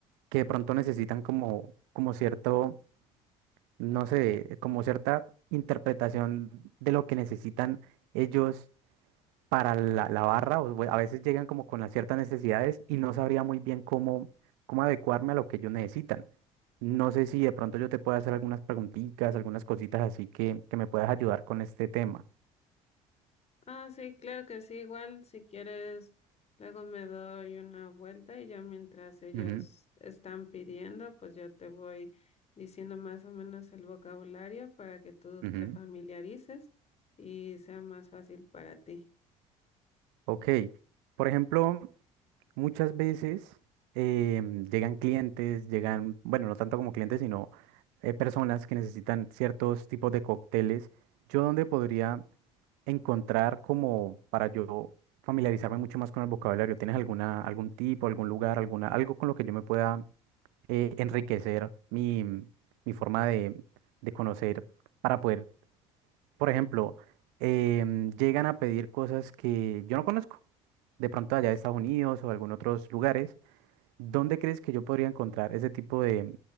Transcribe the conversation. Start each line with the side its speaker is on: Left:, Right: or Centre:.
Right: que de pronto necesitan como, como cierto no sé, como cierta interpretación de lo que necesitan ellos para la, la barra, o bu- a veces llegan como con las ciertas necesidades y no sabría muy bien cómo, cómo adecuarme a lo que ellos necesitan. No sé si de pronto yo te puedo hacer algunas preguntitas, algunas cositas así que, que me puedas ayudar con este tema.
Left: Ah, sí, claro que sí, igual si quieres, luego me doy una vuelta y ya mientras ellos
Right: Ujú,
Left: están pidiendo, pues yo te voy diciendo más o menos el vocabulario para que tú
Right: ujú.
Left: te familiarices y sea más fácil para ti.
Right: Ok, por ejemplo. Muchas veces em, llegan clientes, llegan, bueno, no tanto como clientes, sino eh, personas que necesitan ciertos tipos de cócteles. Yo donde podría encontrar como para yo familiarizarme mucho más con el vocabulario. ¿Tienes alguna, algún tipo, algún lugar, alguna, algo con lo que yo me pueda eh, enriquecer mi, mi forma de, de conocer para poder por ejemplo, em, llegan a pedir cosas que yo no conozco, de pronto allá de Estados Unidos o algún otros lugares. ¿Dónde crees que yo podría encontrar ese tipo de,